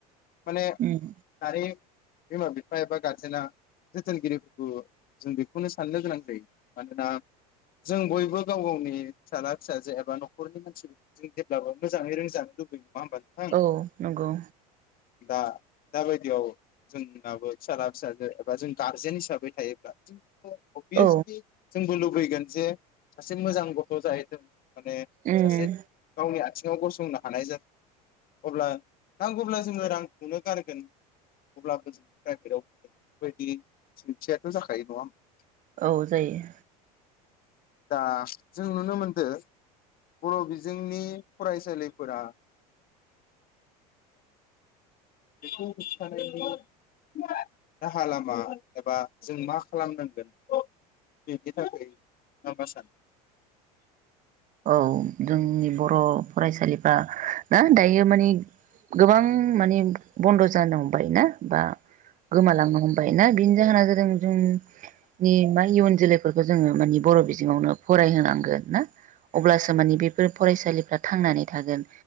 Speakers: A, on the left (about 50°); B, on the right (about 40°).
A: माने
B: उम
A: दानि बिमा बिफा एबा गारजेना जोथोनगिरिफोरखौ जों बेखौनो साननो गोनां जायो मानोना जों बयबो गाव गावनि फिसाला फिसाजो एबा न'खरनि मानसिफोरखौ जों जेब्लाबो मोजाङै रोंजानो लुबैयो। नङा होमबा नोंथां?
B: औ नंगौ
A: दा दाबायदियाव जोंनाबो फिसाला फिसाजो बा जों गारजेन हिसाबै थायोब्ला अभियसलि
B: औ
A: जोंबो लु बैगोन जे सासे मोजां गथ' जाहैथों । माने
B: उम
A: सासे गावनि आ थिङाव गसंनो हानाय जाथों अब्ला नांगौब्ला जोङो रांखौनो गारगोन अब्लाबो जों प्राइभेटाव हरगोन । बेबायदि सोंथियाथ' जाखायो नङा होम्बा?
B: औ जायो
A: दा जों नुनो मोनदो बर' बिजोंनि फरायसालिफोरा बेखौ होबथानायनि <unintelligible> राहा लामा एबा जों मा खालामनांगोन बेनि थाखाय नोंथाङा मा सानो ।
B: औ जोंनि बर' फरायसालिफ्रा ना दायो माने गोबां माने बन्द' जानो हमबाय ना बा गोमालांनो हमबाय ना बिनि जाहोना जा जों जों नि मा इयुन जोलैफोरखौ जोङो माने बर' बिजोंआवनो फरायहोनांगोन ना । अब्लासो मानि बेफोर फरायसालिफ्रा थांनानै थागोन